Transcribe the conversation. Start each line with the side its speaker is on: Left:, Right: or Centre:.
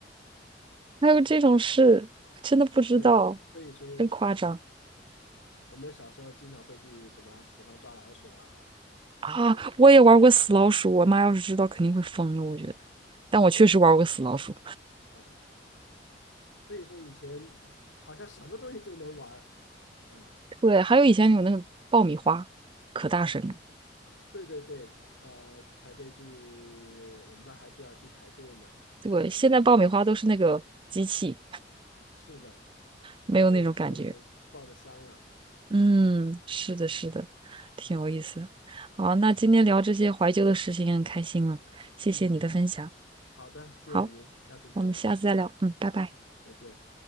Right: 还有这种事，真的不知道，
Left: 对，所以说用啊。
Right: 真夸张
Left: 我们小时候经常会去什么喜欢抓老鼠啊，
Right: 啊！
Left: 这些
Right: 我也玩过死老鼠，我妈要是知道肯定会疯了，我觉得。但我确实玩过死老鼠，
Left: 啊，所以说以前好像什么东西都能玩儿啊。
Right: 对，还有以前有那个爆米花，可大声了。
Left: 对对对，呃，排队去，我们那还都要去排队呢，
Right: 对，
Left: 常常的小朋友，
Right: 现在爆米花都是那个机器，
Left: 是的，
Right: 没有那种感觉。
Left: 都没有以前那样抱的香了。
Right: 嗯，是的，是的，挺有意思。好，
Left: 嗯，
Right: 那今天聊这些怀旧的事情也很开心了，谢谢你的分享。
Left: 嗯好的，谢谢您，
Right: 好，
Left: 下次再聊。
Right: 我们下次再聊。嗯，拜拜。
Left: 嗯，再见。